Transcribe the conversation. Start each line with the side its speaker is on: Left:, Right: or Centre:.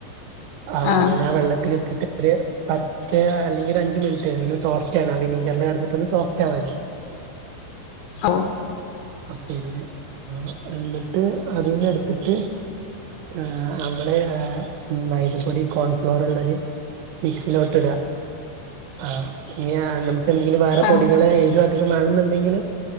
Right: ആ
Left: ആഹ്
Right: അങ്ങനെ ആ വെള്ളത്തി പത്ത് അല്ലെങ്കിൽ ഒരു അഞ്ച മിനിറ്റ് ഒ സോഫ്റ്റ് ആണ് ആ വിനീഗറിൽ കടന്നിട്ട്ന്ന് സോഫ്റ്റ് ആവാൻ
Left: ഓ
Right: പിന്നെ ആ എന്നിട്ട് അധികന്ന എടുത്തിട്ട് ആ നമ്മള് മൈതപ്പൊടി കോൺഫ്ലോർ ഉള്ളരു മിക്സിലോട്ട് ഇടുക ആ ഇനി നമുക്ക് എന്തെങ്കിലും വേറെ
Left: ആഹ്
Right: പൊടികൾ ഏ അമാണെന്നുണ്ടെങ്കിൽ